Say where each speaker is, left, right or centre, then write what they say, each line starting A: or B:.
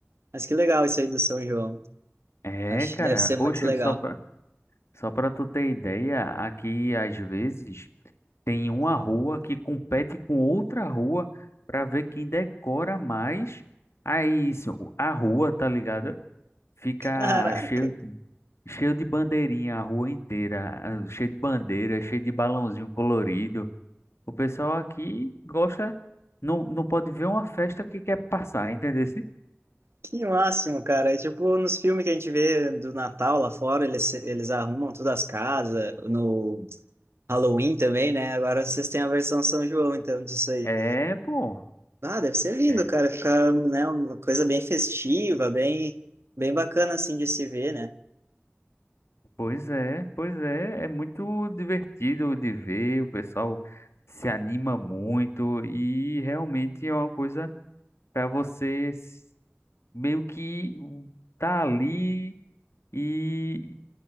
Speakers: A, on the right (about 65°); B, on the left (about 70°).
A: Mas que legal isso aí do São João.
B: É,
A: Acho
B: cara.
A: que deve ser muito
B: Oxe,
A: legal.
B: só pra, só pra tu ter ideia, aqui às vezes tem uma rua que compete com outra rua pra ver quem decora mais. Aí isso, a rua, tá ligado? Fica
A: Caraca!
B: cheio, cheio de bandeirinha a rua inteira, ah, cheio de bandeira, cheio de balãozinho colorido. O pessoal aqui gosta, não, não pode ver uma festa que quer passar, entendeu?
A: Que máximo, cara. É tipo nos filmes que a gente vê do Natal lá fora, eles, eles arrumam todas as casas, no Halloween também, né? Agora vocês têm a versão São João, então, disso aí.
B: É, pô.
A: Ah, deve ser lindo,
B: É,
A: cara. Ficar, né, uma coisa bem festiva, bem, bem bacana, assim, de se ver, né?
B: pois é, pois é, é muito divertido de ver, o pessoal se anima muito e realmente é uma coisa para você s- meio que tá ali e